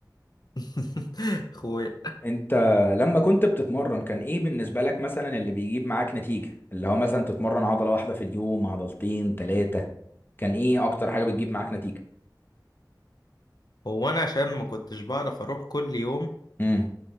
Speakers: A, on the left (about 65°); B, on the left (about 30°).
A: <laughs> اخويا
B: انت لما كنت بتتمرن كان ايه بالنسبة لك مثلا اللي بيجيب معاك نتيجة اللي هو مثلا تتمرن عضلة واحدة في اليوم عضلتين ثلاثة كان ايه اكتر حاجة بتجيب معاك نتيجة
A: هو انا عشان ما كنتش بعرف اروح كل يوم
B: امم